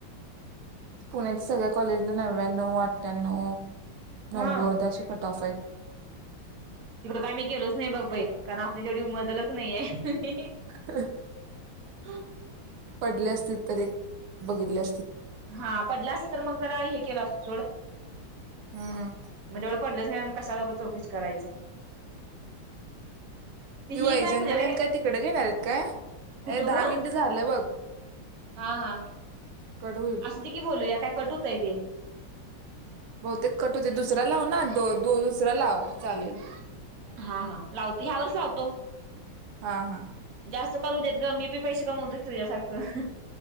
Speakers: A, on the right; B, on the right.
A: पुण्याच्या सगळ्या कॉलेजला नव्या्णव वा आठ्यानाव
B: हा
A: अशी कट ऑफ आहे.
B: तिकड काय मी गेलोच नाही बघ बाई कारण आपली तेवढी उमजलच नाहीये.
A: ह <unintelligible>
B: हम.
A: पडले असतील तर एक. बघितल्या
B: हा पडला असे तर मग जरा हे केलं असतं चड
A: हम
B: म तेवढं पडलेच नाही म कशाला उगच चौकशी करायचं.
A: ती
B: ही
A: वैजनता
B: काय पुण्याला
A: न ते काय तिकड घेणार आहेत, काय
B: कुठं
A: दहा
B: ग
A: मिनट झालं बघ.
B: हा हा
A: कट होईल
B: असू दे की बोलूया काय कट होतय ते.
A: बहुतेक कट होते, दुसरा लाव ना. द दोन दुसरं लाव चालेल.
B: हा हा लावतो, ह्यावरच लावतो.
A: हा हा.
B: जास्त कॉल देत ग मी पी पैसे कमवतो, की तुझ्यासारखं.